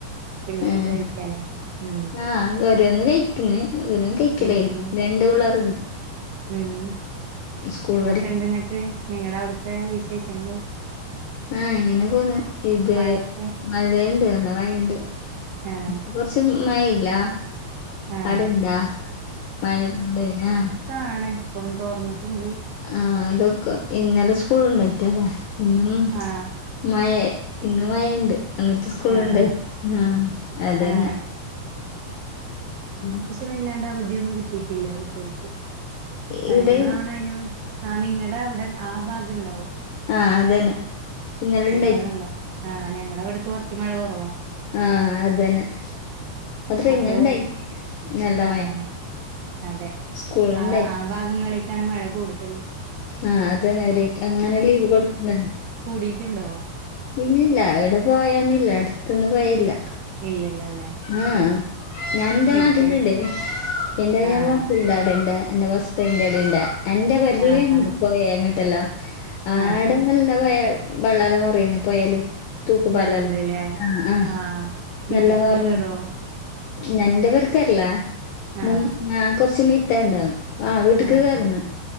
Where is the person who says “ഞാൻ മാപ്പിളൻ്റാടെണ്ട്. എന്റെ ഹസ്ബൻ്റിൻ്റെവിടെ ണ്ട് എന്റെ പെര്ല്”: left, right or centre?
Left